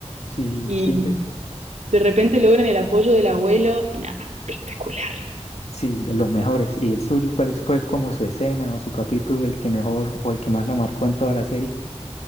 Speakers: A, on the left; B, on the right.
A: sí,
B: y
A: siempre,
B: de repente logran el apoyo del abuelo y nada, espectacular.
A: sí, de los mejores. ¿Y el suyo, cuál es- fue como su escena o su capítulo, el que mejor o el que más la marcó en toda la serie?